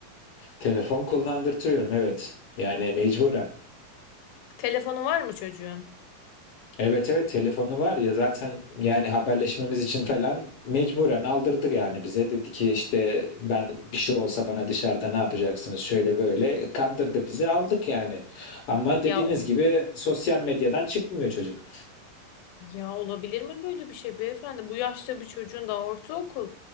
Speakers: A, on the left (about 60°); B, on the left (about 80°).
A: Telefon kullandırtıyorum evet. Yani mecburen.
B: Telefonu var mı çocuğun?
A: Evet evet telefonu var ya zaten yani haberleşmemiz için falan mecburen aldırdı yani bize. Dedi ki işte ben bir şey olsa bana dışarıda ne yapacaksınız şöyle böyle kandırdı bizi aldık yani. Ama
B: Ya
A: dediğiniz
B: o-
A: gibi sosyal medyadan çıkmıyor çocuk.
B: Ya olabilir mi böyle bir şey beyefendi? Bu yaşta bir çocuğun daha ortaokul,